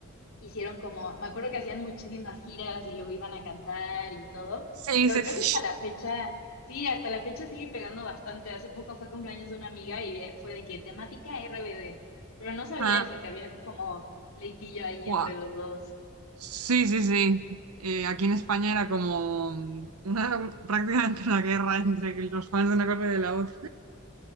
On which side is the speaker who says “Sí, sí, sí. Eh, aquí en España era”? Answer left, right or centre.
Right